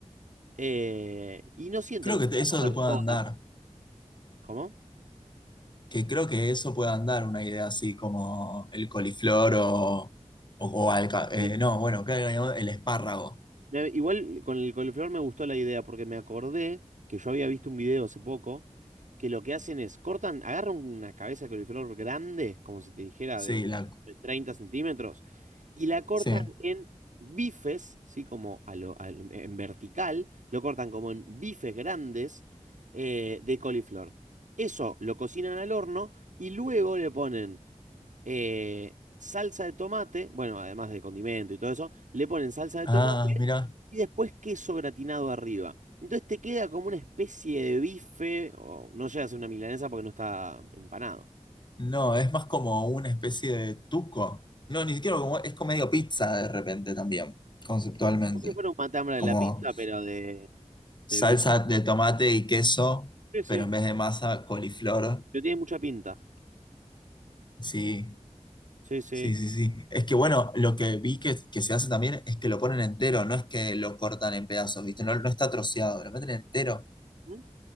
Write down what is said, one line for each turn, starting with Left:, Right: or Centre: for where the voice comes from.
Right: eh, y no siento
Left: Creo
Right: que
Left: que
Right: se pueda
Left: te- eso
Right: comer
Left: te puede andar,
Right: todas. ¿Cómo?
Left: que creo que eso puede andar una idea así como el coliflor o, o, o alca- eh,
Right: Sí.
Left: no, bueno, claro, el espárrago,
Right: Me- Igual con el coliflor me gustó la idea porque me acordé que yo había visto un video hace poco que lo que hacen es cortan, agarran una cabeza de coliflor grande, como si te dijera
Left: sí,
Right: de 20,
Left: la,
Right: 30 centímetros, y la cortan
Left: sí.
Right: en bifes, ¿sí? Como a lo- al- en en vertical, lo cortan como en bifes grandes eh, de coliflor. Eso lo cocinan al horno y luego le ponen eh, salsa de tomate, bueno, además de condimento y todo eso, le ponen salsa de
Left: Ah,
Right: tomate
Left: mira,
Right: y después queso gratinado arriba. Entonces te queda como una especie de bife, o no llega a ser una milanesa porque no está empanado.
Left: no, es más como una especie de tuco. No, ni siquiera como, es como medio pizza de repente también, conceptualmente,
Right: No sé si fuera un matambre de
Left: como...
Right: la pizza, pero de,
Left: salsa
Right: de bife.
Left: de tomate y queso,
Right: Sí, sí,
Left: pero en vez de masa, coliflor.
Right: pero tiene mucha pinta.
Left: Sí,
Right: Sí, sí.
Left: sí, sí, sí. Es que bueno, lo que vi que, que se hace también es que lo ponen entero, no es que lo cortan en pedazos, ¿viste? No, no está troceado, lo meten entero.
Right: ¿Mm?